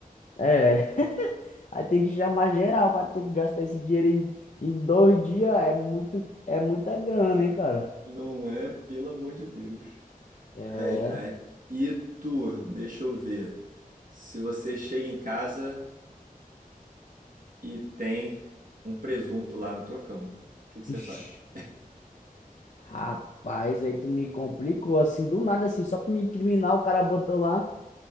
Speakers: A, on the left; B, on the right.
A: É, aí tem que chamar geral pra ter que gastar esse dinheiro em, em dois dias. É muito, é muita grana, hein, cara?
B: Não é, pelo amor de Deus.
A: É.
B: Ai, ai. E tu, deixa eu ver. Se você chega em casa e tem um presunto lá na tua cama, o que que você
A: Ixi.
B: faz?
A: Rapaz, aí tu me complicou assim, do nada assim, só pra me incriminar, o cara botou lá.